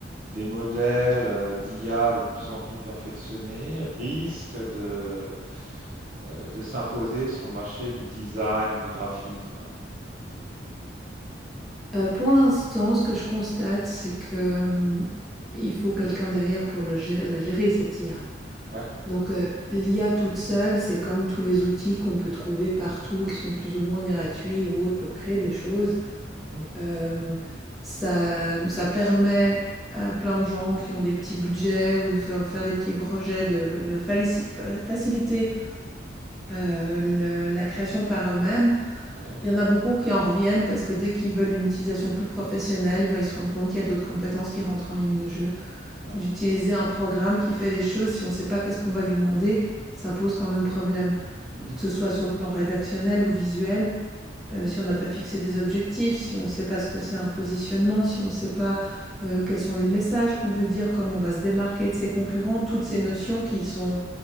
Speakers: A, on the right; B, in the centre.
A: les modèles euh, d'IA de plus en plus perfectionnés risquent de, euh, de s'imposer sur le marché du design ou du graphisme.
B: Euh, pour l'instant, ce que je constate, c'est que hum, il faut quelqu'un derrière pour le gérer- la gérer, cette IA.
A: Ouais.
B: Donc, heu, l'IA toute seule, c'est comme tous les outils qu'on peut trouver partout, qui sont plus ou moins gratuits ou autres pour créer des choses.
A: Mhm.
B: Hem, ça ça permet à plein de gens qui ont des petits budgets ou de faire faire des petits projets de de falici fa faciliter, heu, le la création par eux-mêmes.
A: Ouais.
B: Il y en a beaucoup qui en reviennent parce que dès qu'ils veulent une utilisation plus professionnelle, bah, ils se rendent compte qu'il y a d'autres compétences qui rentrent en ligne de jeu
A: Ouais.
B: d'utiliser un programme qui fait des choses si on ne sait pas qu'est-ce qu'on va lui demander, ça pose quand même problème.
A: Mhm.
B: Que ce soit sur le plan rédactionnel ou visuel, euh, si on n'a pas fixé des objectifs, si on ne sait pas ce que c'est un positionnement, si on ne sait pas euh, quels sont les messages qu'on veut dire, comment on va se démarquer de ses concurrents, toutes ces notions qui sont